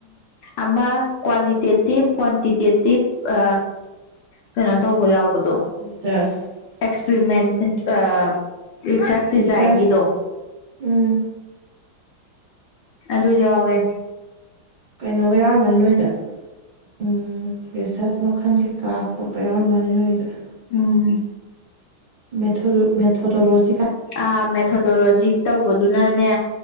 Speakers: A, on the left; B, on the right.
A: ꯑꯃ ꯀ꯭ꯋꯥꯂꯤꯇꯦꯇꯤꯞ ꯀ꯭ꯋꯥꯟꯇꯤꯇꯦꯇꯤꯞ ꯑ ꯀꯩꯅꯣ ꯇꯧꯕ ꯌꯥꯎꯕ
B: ꯔꯤꯁꯔꯁ
A: ꯑꯦꯛꯁꯄꯦꯔꯤꯃꯦꯟ ꯑ ꯔꯤꯁꯔꯁ ꯗꯤꯖꯥꯏꯟꯒꯤꯗꯣ
B: ꯔꯤꯁꯔꯁ ꯎꯝ
A: ꯑꯗꯨ ꯌꯥꯎꯋꯦ
B: ꯀꯩꯅꯣꯒ ꯌꯥꯎꯔꯝꯃꯅꯤ ꯅꯣꯏꯗ ꯎ ꯔꯤꯁꯔꯁ ꯃꯈꯜ ꯀꯩꯀꯥ ꯈꯣꯠꯄ ꯌꯥꯎꯔꯝꯃꯅꯤ ꯅꯣꯏꯗ
A: ꯎꯝ
B: ꯃꯦ ꯊ ꯃꯦ ꯊꯣꯗꯣꯂꯣꯖꯤ
A: ꯑ ꯃꯦꯊꯣꯗꯣꯂꯣꯖꯤ ꯇꯧꯕꯗꯨꯅꯅꯦ